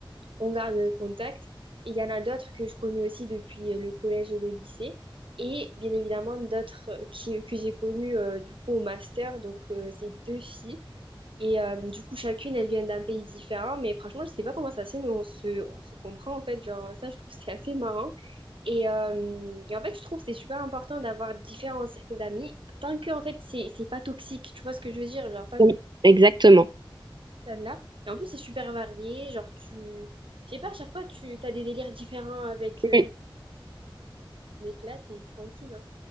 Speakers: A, on the right; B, on the right.
A: on garde contact. Et il y en a d'autres que je connais aussi depuis euh, le collège et le lycée. Et bien évidemment, d'autres euh, qui, que j'ai connues euh, du coup au master. Donc, euh, c'est deux filles. Et euh, du coup, chacune, elle vient d'un pays différent. Mais franchement, je sais pas comment ça se fait, mais on se, on se comprend en fait. Genre, ça, je trouve, <laughs> c'est assez marrant. Et, euh, et en fait, je trouve que c'est super important d'avoir différents cercles d'amis tant que en fait, c'est, c'est pas toxique. Tu vois ce que je veux dire? Genre, tant
B: Oui,
A: que
B: exactement.
A: celle-là. Et en plus, c'est super varié. Genre, tu. Je sais pas, à chaque fois, tu as des délires différents avec. euh,
B: Mm.
A: Mais là, t'es tranquille, hein.